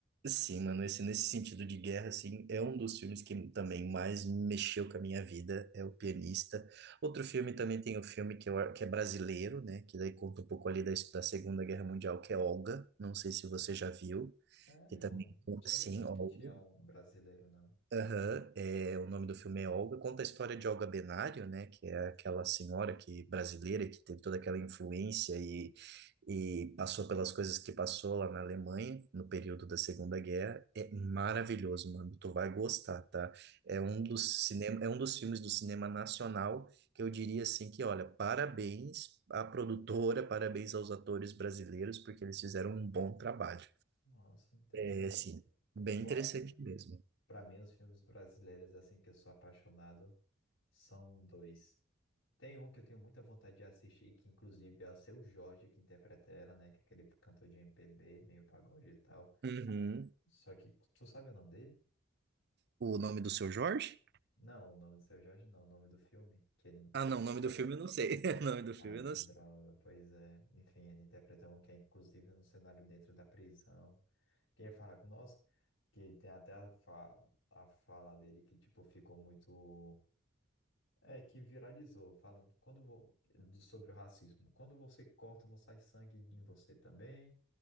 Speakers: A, on the right; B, on the left.
A: Sim, mano, esse, nesse sentido de guerra, assim, é um dos filmes que também mais mexeu com a minha vida, é O Pianista. Outro filme também tem o filme que, eu, que é brasileiro, né, que daí conta um pouco ali da, da Segunda Guerra Mundial, que é Olga, não sei se você já viu,
B: Sério?
A: que também,
B: Não Sabia
A: sim,
B: não
A: Olga.
B: que tinha um brasileiro, não.
A: Aham, é, o nome do filme é Olga, conta a história de Olga Benário, né, que é aquela senhora que brasileira que teve toda aquela influência e, e passou pelas coisas que passou lá na Alemanha no período da Segunda Guerra. É maravilhoso, mano, tu vai gostar, tá? É um dos cinema, é um dos filmes do cinema nacional que eu diria assim que, olha, parabéns à produtora, parabéns aos atores brasileiros porque eles fizeram um bom trabalho.
B: Nossa, interessante.
A: É, assim, bem
B: Eu,
A: interessante
B: a-
A: mesmo.
B: pra mim, os filmes brasileiros, assim, que eu sou apaixonado, são dois. Tem um que eu tenho muita vontade de assistir, que inclusive é o Seu Jorge que interpreta ela, né? Que é aquele cantor de MPB, meio pagode e tal.
A: Uhum.
B: Ah, Só que, tu sabe o nome dele?
A: O nome do seu Jorge?
B: Não, o nome do Seu Jorge não, o nome do filme que ele
A: Ah,
B: interpreta.
A: não, o nome do filme eu não sei. <laughs> O nome do
B: Ai,
A: filme eu
B: que
A: não sei.
B: droga, pois é. Enfim, ele interpreta um que é inclusive um cenário dentro da prisão. Quem fala com nós, que tem até a, fa a fala dele que, tipo, ficou muito. É, que viralizou, falando quando, vo- de- sobre o racismo. Quando você corta, não sai sangue em você também.